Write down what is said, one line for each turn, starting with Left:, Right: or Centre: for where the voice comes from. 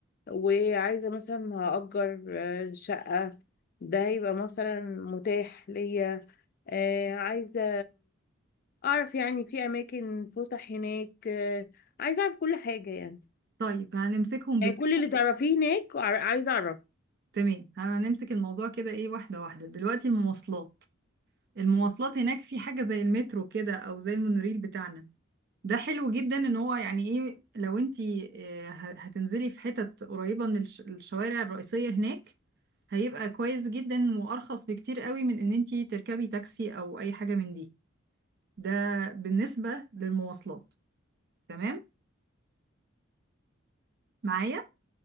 Left: وعايزة مثلا هأجر آه، شقة ده هيبقى مثلا متاح ليا آه، عايزة اعرف يعني في اماكن فسح هناك آه، عايزة اعرف كل حاجة يعني
Right: طيب هنمسكهم بت...
Left: يعني كل اللي تعرفيه هناك وع- عايزة اعرف
Right: تمام هنمسك الموضوع كده ايه واحده واحده دلوقتي المواصلات المواصلات هناك في حاجه زي المترو كده او زي المونوريل بتاعنا ده حلو جدا ان هو يعني ايه لو انتي آه، ه- هتنزلي في حتت قريبة من الش- الشوارع الرئيسية هناك هيبقى كويس جدا وارخص بكتير قوي من ان انتي تركبي تاكسي او اي حاجة من دي ده بالنسبة للمواصلات تمام معايا